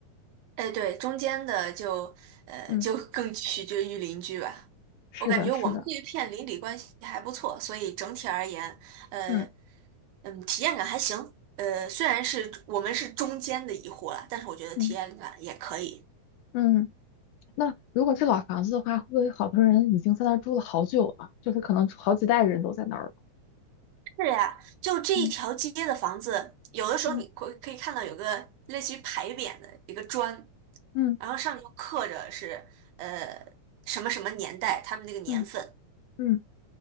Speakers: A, on the right; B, on the left.
A: 哎，对，中间的就呃就更取决于邻居吧。
B: 嗯，是的，
A: 我感觉我们这一片邻里关系还不错，
B: 是的，
A: 所以整体而言，呃，
B: 嗯
A: 嗯，体验感还行。呃，虽然是我们是中间的一户了，但是我觉得体验感也可以。
B: 嗯嗯。那如果是老房子的话，会不会好多人已经在那儿住了好久了？就是可能好几代人都在那儿了。
A: 是呀，就这一条街的房子，
B: 嗯
A: 有的时候你可可以看到有个类似于牌匾的一个砖，
B: 嗯嗯
A: 然后上面就刻着是呃什么什么年代，他们那个年份。
B: 嗯嗯，